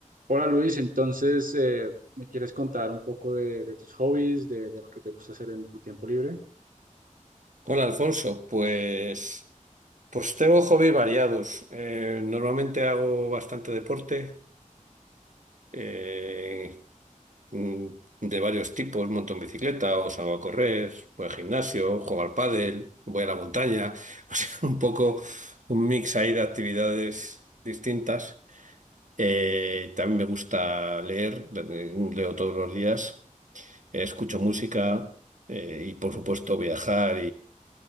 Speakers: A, on the right (about 85°); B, on the right (about 65°).
A: Hola Luis, entonces, eh, ¿me quieres contar un poco de, de tus hobbies, de, de lo que te gusta hacer en tu tiempo libre?
B: Hola Alfonso, pues, pues tengo hobbies variados. Eh, normalmente hago bastante deporte eh, mm, de varios tipos. Monto en bicicleta o salgo a correr, voy al gimnasio, juego al pádel, voy a la montaña. <laughs> O sea, un poco un mix ahí de actividades distintas. Eh, también me gusta leer, le- leo todos los días, eh, escucho música eh, y por supuesto viajar